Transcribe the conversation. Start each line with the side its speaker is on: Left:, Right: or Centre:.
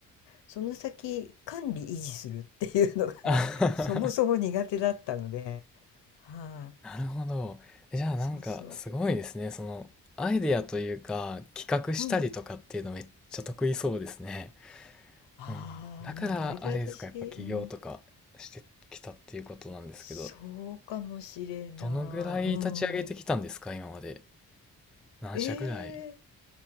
Left: その先管理維持するっていうのが
Centre: <laughs> あはは
Left: <laughs> そもそも苦手だったので、はい、
Centre: なるほど。えじゃあなんかすごいですね。
Left: そうそう、
Centre: そのアイデアというか企画したりとかっていうのめっちゃ得意そうですね。
Left: うん、ああ、
Centre: うん、だから、
Left: なんかアイデアだし、
Centre: あれですか、やっぱ起業とかしてきたっていうことなんですけど、
Left: うん、そうかもしれない、
Centre: どのぐらい立ち上げてきたんですか、
Left: うん、
Centre: 今まで。何社ぐらい
Left: ええ